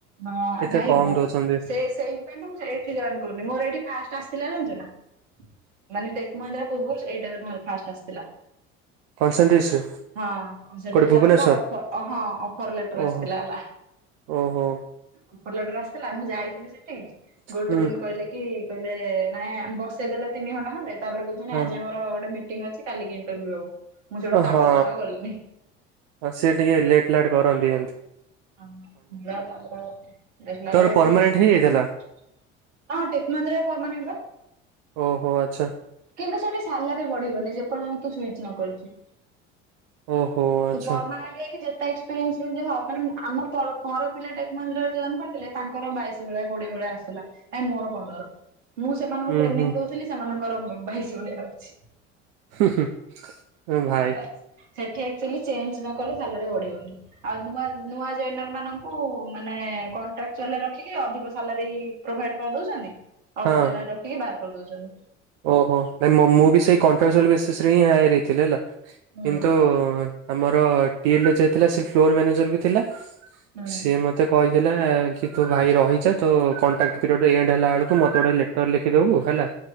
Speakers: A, on the right; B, on the right.
A: ହଁ
B: ଏତେ
A: ଭାଇ
B: କମ ଦଉଛନ୍ତି
A: ସେ ସେଇଥିପାଇ ତ ଏଠି ଜଏନ୍‌ କରୁନି ମୋର ଏଇଠି ଫାଷ୍ଟ ଆସିଥିଲା ଜାଣିଛ ନା? ମାନେ ଟେକ୍ ମହିନ୍ଦ୍ରା ପୂର୍ବରୁ ଏଇଟାରେ ଫାଷ୍ଟ ଆସିଥିଲା।
B: କନସେଣ୍ଟ୍ରିକ୍ସରେ
A: ହଁ
B: କୋଉଠି ଭୁବନେଶ୍ଵର
A: ଆସିଲା ହଁ ଅଫର ଲେଟର
B: ଓହୋ
A: ଆସିଥିଲା ହେଲା।
B: ଓହୋ।
A: ଅଫର ଲେଟରେ ଆସିଥିଲା ମୁଁ ଯାଇଥିଲି ସେଠି ଗୋଟେ
B: ହୁଁ
A: ଦିନ କହିଲେ କି? କହିଲେ ନାଇଁ ବସେଇଦେଲେ ତିନି ଘଣ୍ଟା ଖଣ୍ଡେ ତାପରେ କହୁଛନ୍ତି
B: ହଁ
A: ଆଜି ଆମର ଗୋଟେ ମିଟ ମିଣ୍ଟିଙ୍ଗି ଅଛି କାଲିକି ଇଣ୍ଟଭ୍ୟୁ ହବ। ମୁଁ ସେଇଠୁ ତା
B: ହଁ
A: ପରଦିନ ଆଉ ଗଲିନି।
B: ସିଏ ଟିକେ ଲେଟ୍ ଲାଟ କରନ୍ତି ଏମତି
A: <inaudible>
B: ତୋର ପରମାନେଣ୍ଟ ହେଇଯାଇଥିଲା
A: ହଁ ଟେକ୍ ମନ୍ଦିରରେ ପରମାନେଣ୍ଟପା।
B: ଓହୋ ଆଚ୍ଛା
A: କିନ୍ତୁ ସେଠି ସାଲାର ବଢ଼ିବନି ଯେପର୍ଯ୍ୟନ୍ତ ତୁ ସୁଇଚ ନ କରିଛୁ।
B: ଓହୋ ଆଚ୍ଛା
A: ତୁ ପରମାନେଣ୍ଟ ହେଇକି ଯେତେ ଏକ୍ସପିରିଏନ୍ସ ହ ଆମ ପର ପିଲା ଟେକ ମନ୍ଦିରରେ ଜଏନ କରିଥିଲେ ତାଙ୍କର ବାଇଶି ଭଳିଆ କୋଡିଏ ଭଳିଆ ଆସୁଥିଲା। ଆ ମୋର ପନ୍ଦର୍ ମୁଁ ସେମାନଙ୍କୁ
B: ହୁଁ
A: ଟ୍ରେନିଂ
B: ହୁଁ
A: ଦଉଥିଲି ସେମାନଙ୍କର ବାଇସି ଭଳିଆ ଆଉଛି।
B: ହୁଁ ହୁଁ ଭାଇ
A: ଭଲ ଅଛି। ସେଠି ଆକ୍ଚୁଆଲି ଚେଞ୍ଜ ନ କଲେ ସାଲେରି ବଢିବନି ଆଉ ନୂଆ ନୂଆ ଜଏନର ମାନଙ୍କୁ ମାନେ କଣ୍ଟ୍ରାକଚୁଆଲରେ ରଖିକି ଅଧିକ ସାଲାରୀ ପ୍ରୋଭାଇଡ କରିଦଉଛନ୍ତି ଅଳ୍ପ
B: ହଁ
A: ଦିନରେ ରଖିକି ବାହାର କରିଦଉଛନ୍ତି।
B: ଓହୋ ନାଇଁ ମୁଁ ବି ସେଇ କଣ୍ଟ୍ରାକ୍ଚୁଆଲ ବେସିସରେ ହିଁ ହାୟାର ହେଇଥିଲି ହେଲା
A: ହୁଁ
B: କିନ୍ତୁ ଆମର ଟିଏ ଯାଇଥିଲା ସେ ଫ୍ଲୋର ମ୍ୟାନେଜର ବି ଥିଲା
A: ହୁଁ
B: ସିଏ ମତେ କହିଥିଲା କି ତୁ ଭାଇ ରହିଯା ତୋ କଣ୍ଟ୍ରାକ୍ଟ ପିରିୟଡ଼ ଏଣ୍ଡ ହେଲା ବେଳକୁ ମତେ ଗୋଟେ ଲେଟର ଲେଖିଦେବୁ ହେଲା